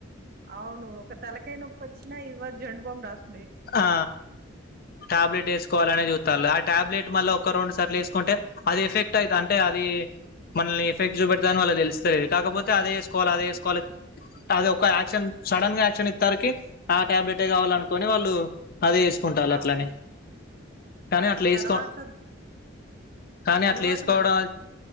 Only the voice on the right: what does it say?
అవును ఒక తలకయ నొప్పి వచ్చినా ఇదిగో జండు బామ్ రాసు
ఆ!
అవును.
తర్వాత
అలవాటు
పడతాం.